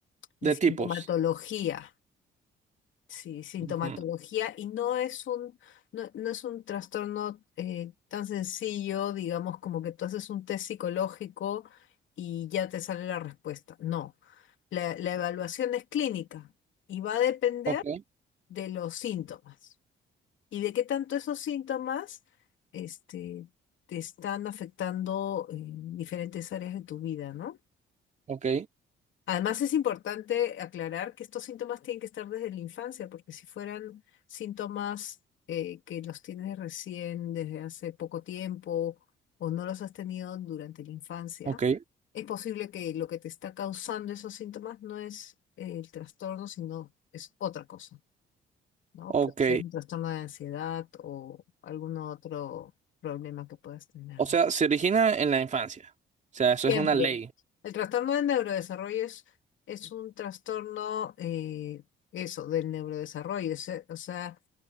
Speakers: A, on the left; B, on the right.
A: de
B: De
A: sintomatología.
B: tipos.
A: Sí, sintomatología
B: Ujú.
A: y no es un, no, no es un trastorno eh, tan sencillo, digamos, como que tú haces un test psicológico y ya te sale la respuesta. No, la, la evaluación es clínica y va a depender
B: Ok,
A: de los síntomas y de qué tanto esos síntomas este, te están afectando en diferentes áreas de tu vida, ¿no?
B: ok,
A: Además, es importante aclarar que estos síntomas tienen que estar desde la infancia, porque si fueran síntomas eh, que los tienes recién desde hace poco tiempo o no los has tenido durante la infancia,
B: ok,
A: es posible que lo que te está causando esos síntomas no es eh, el trastorno, sino es otra cosa, ¿no?
B: ok.
A: Puede ser un trastorno de ansiedad o algún otro problema que puedas tener.
B: O sea, se origina en la infancia. O sea, eso
A: Siempre.
B: es una ley.
A: El trastorno del neurodesarrollo es, es un trastorno, eh, eso, del neurodesarrollo. es, eh, o sea,